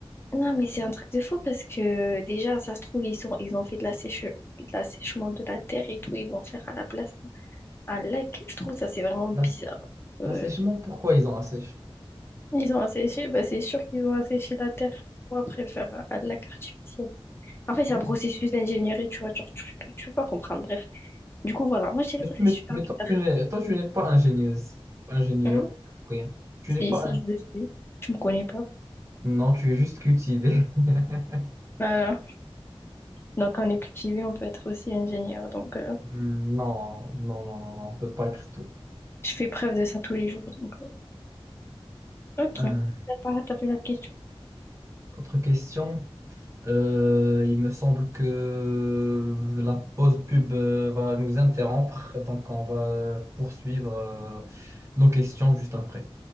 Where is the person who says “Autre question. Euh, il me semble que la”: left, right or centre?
Right